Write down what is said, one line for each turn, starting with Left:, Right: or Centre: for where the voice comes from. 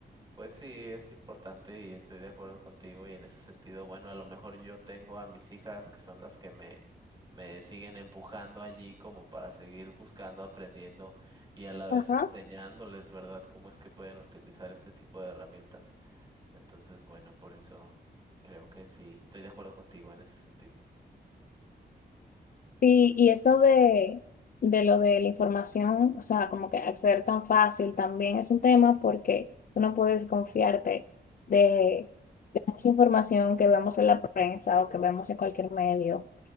Right: Pues sí, es importante y estoy de acuerdo contigo y en ese sentido, bueno, a lo mejor yo tengo a mis hijas que son las que me, me siguen empujando allí como para seguir buscando, aprendiendo y a la vez
Left: ajá.
Right: enseñándoles, ¿verdad?, cómo es que pueden utilizar este tipo de herramientas. Entonces, bueno, por eso creo que sí, estoy de acuerdo contigo en ese sentido.
Left: Y, y eso de, de lo de la información, o sea, como que acceder tan fácil también es un tema porque tú no puedes confiarte de, de mucha información que vemos en la prensa o que vemos en cualquier medio.